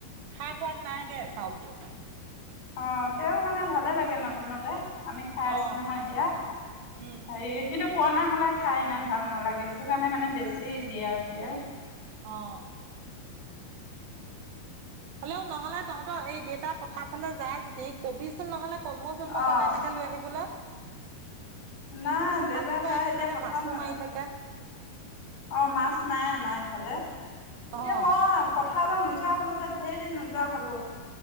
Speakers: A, on the right; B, on the left.
A: খাই সোৱাদ নাই দে চাউলটো।
B: অ, ' তেওঁ মানে ভালে লাগে নতুনতে। আমি খাই আছো
A: অঁ,
B: নহয় এতিয়া,
A: উম,
B: হেৰি কিন্তু পুৰণা হ'লে খাই ইমান ভাল নালাগে সেইটো কাৰণে মানে বেছি দিয়ে আৰু এতিয়া।
A: অ'। হ'লেও নহ'লে তহঁতৰ এই দেউতা পথাৰ ফালে যায় যদি কবি <unintelligible> নহ'লে কলমৌ চলমৌ
B: অ',
A: পালে এনেকে লৈ আহিবলৈ।
B: নাই দেউতা
A: আৰু তহঁতৰ
B: সেয়া
A: সেইটো
B: এতিয়া
A: চাইডে
B: পথাৰ
A: মাছো
B: ন
A: মাৰি থাকে।
B: অ', মাছ নাইে আমাৰ ইফালে এতিয়া
A: অঁ,
B: মই পথাৰলৈ নোযোৱা হ'ল যে ধেৰি নোযোৱা হ'লো।